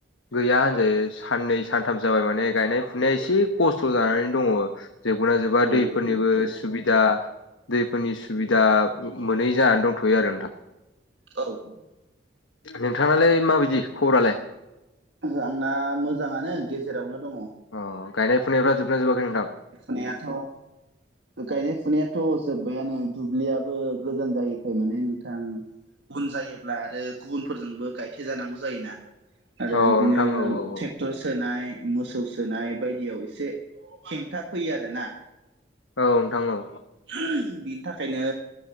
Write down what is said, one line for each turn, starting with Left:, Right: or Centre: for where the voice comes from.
Left: गैया होनजायो साननै सानथाम जाबाय माने गायनाय फुनाया एसे खस्थ' जानानै दङ। जोबगो ना जोबा
Right: औ
Left: दैफोरनिबो
Right: औ औ
Left: सुबिदा दैफोरनि सुबिदा मोनै जानानै दंथ'यो आरो नोंथां।
Right: औ औ
Left: नोंथांलाय माबायदि खबरालाय?
Right: ओहो आंना मोजाङानो गेजेरावनो दङ।
Left: अ गायनाय फुनायफ्रा जोबना जोबाखै नोंथां।
Right: नेयाथ' गायनाय फुनायाथ' जोब्बायानो दुब्लियाबो गोजान जायैखाय माने नोंथां उन जायोब्ला आरो गुबुनफोरजोंबो गायथे जानांगौ जायोना। आरो
Left: औ
Right: इदिनो
Left: नोंथां औ औ औ
Right: ट्रेक्टर सोनाय मोसौ सोनाय बायदियाव एसे हेंथा फैयो आरो ना।
Left: औ नोंथां औ
Right: <unintelligible> बिनि थाखायनो